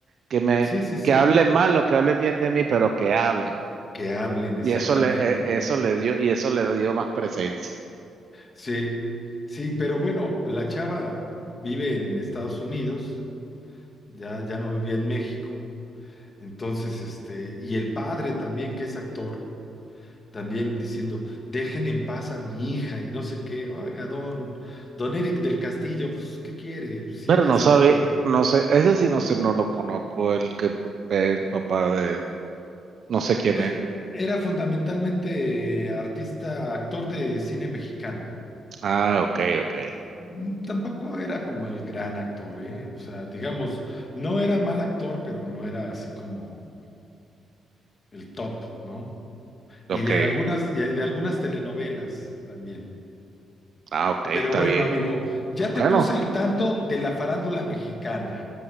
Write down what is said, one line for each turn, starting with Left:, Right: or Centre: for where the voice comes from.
Right: que me,
Left: sí, sí, sí,
Right: que hablen mal o que hablen bien de mí, pero que hablen.
Left: que hablen exactamente.
Right: Y eso le, eh, eso le dio, y eso le dio más presencia.
Left: Sí, sí, pero bueno, la chava vive en Estados Unidos, ya, ya no vivía en México. Entonces, este, y el padre también, que es actor, también diciendo, dejen en paz a mi hija y no sé qué. Oiga, don, don Eric del Castillo, pues, ¿qué quiere? Si
Right: Pero
Left: ella
Right: no
Left: se
Right: sabe,
Left: mete.
Right: no sé, ese sí no sé, no lo conozco, el que p- p- el papá de, no sé quién
Left: Eh,
Right: es.
Left: Era fundamentalmente artista, actor de cine mexicano.
Right: Ah, ok, ok,
Left: Mm, Tampoco era como el gran actor, ¿eh? O sea, digamos, no era mal actor, pero no era así como el top, ¿no? Y
Right: ok,
Left: de algunas, y de algunas telenovelas también.
Right: ah, ok, está
Left: Pero bueno,
Right: bien.
Left: amigo, ya
Right: Bueno,
Left: te puse al tanto de la farándula mexicana.